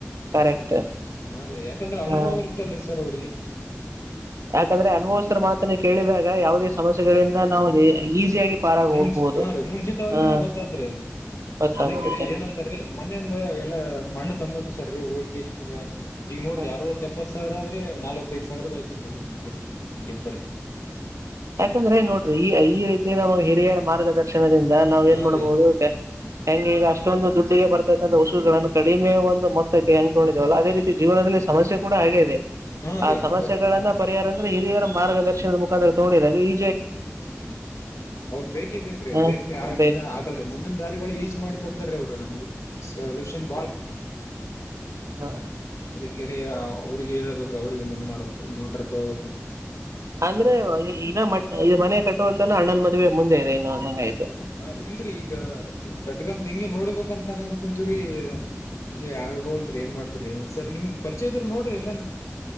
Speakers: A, on the right; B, on the left.
A: ಕರೆಕ್ಟ್
B: ಸು್ ಹಾ ರೀ ಯಾಕಂದ್ರೆ ಅನುಭವ
A: ಹ
B: ಇರುದಲ್ರರಿ ಸರ್ ಅವ್ರಿಗೆ
A: ಯಾಕಂದ್ರೆ ಅನ್ಭವಸ್ ಮಾತನ್ನ ಕೇಳಿದಾಗ ಯಾವುದೇ ಸಮಸ್ಯೆಗಳಿಂದ ನಾವು ಈಸಿಯಾಗಿ ಪಾರಾಗಿ
B: ಮುಂಚಿ
A: ಹೋಗ್ಬೋದು
B: ಹಾ ರೀ ಮುಂಚಿತವಾಗಿಗನೇ
A: ಹಾ
B: ಗೊತ್ತಾದ್ರೆ
A: ಗೊತ್ತಾಗ್ಬಿಡುತ್ತೆ
B: ಅದಕ್ಕರಿ ಏನಂದಾರೀ ಮೊನೆಯಂದ ಎಲ್ಲಾ ಮಣ್ಣ ನ್ ಸರಿರಿ ಹೋಗಿಂದ್ರ ಈಗ ನೋಡ್ರಿ
A: ಹಾ.
B: ಯಾರ ಸಾವಿರ ಆದ್ರೆ ನಾಲ್ವತ್ತೈದು ಸಾವಿರ ಬಾಕಿ ಉಟಿಪ್ಂಟಿಪ್ಪ್ರಿ
A: ಯಾಕಂದ್ರೆ ನೋಡ್ರಿ ಈ ಈ ರೀತಿ ನಾವು ಹಿರಿಯರ ಮಾರ್ಗದರ್ಶನ ಣದಿಂದ ನಾವ್
B: ಹಾ
A: ಏನ್ ಮಾಡ್ಬಹುದು
B: ರೀ
A: ಹೆಂಗ ಈಗ ಅಷ್ಟ ಷ್ಟೊಂದು ದುಡ್ಡಿಗೆ ಬರತಕ್ಕಂಥ ವಸುಗಳನ್ನು ಕಡಿಮೆ ಒಂದು ಮೊತ್ತಕ್ಕೆ ಹೆಂಕೊಂಡಿದಿವವಲ್ಲ ಅದೇ ರೀತಿ ಜೀವನದಲ್ಲಿ ಸಮಸ್ಯೆ ಕೂಡ ಹಾಗೆ ಇದೆ
B: ಹಾ
A: ಆ
B: ರೀ
A: ಸಮಸ್ಯೆಗಳನ್ನ
B: ಹಂಗೆ
A: ಪರಿಹಾರ ಅಂದ್ರೆ ಹಿರಿಯರ ಮಾರ್ಗದರ್ಶನದ ಮುಖಾಂತರ ತಗೊಂಡಿದಾಗ ಈ
B: ಅವ್ರ ಬೇಕೇ ಬೇಕ್ರ
A: ಹ
B: ಬೇಕ್ರ
A: ಬೇಕು
B: ಆಗಲ್ ಮುಂದಿನ ದಾರಿಗಳು ಈಜಿ ಮಾಡಿ ಕೊಡ್ತಾರೀ ಅವರು ನಮಗೆ ಸಲ್ಯೂಷನ್ಳ
A: ಹಾ
B: ಕೆರೆ ಅವ್ರಿಗೆ ಹೇಳ್ಬೇಕ್ರರು ಅವ್ರಿಗೆ ಮುಂದ್ ಮಾಡ್ಬೇಕ್ರ ಮೋಟರ್ ತಗೋಬೇಕ
A: ಅಂದ್ರೆ ಇನ್ನ ಮ ಇ ಮನೆ ಕಟ್ಟುವ ತನ ಅಣ್ಣನ್ ಮದುವೆ ಮುಂದೆ ಇದೆ ಇನ್ನು ಅಂದಂಗ ಆಯ್ತು
B: ಹಾ ಇಲ್ರರಿ ಈಗ ಹಂಗ್ ಕಟ್ಗಂತ ಹೆಗೆ ನೋಡ್ಬೇಕಂತ ಅನ್ನೋದ್ ಕು ರಿ ಹಂಗೆ ಆಗ ಹೋಲ್ದ್ರಿ ಏನ್ ಮಾಡ್ತರಿ ಸರ್ ನಿಮ್ಗ್ ಪರಿಚಯ ಇದ್ರ ನೋಡ್ರಿ ಇಲ್ಲಾನ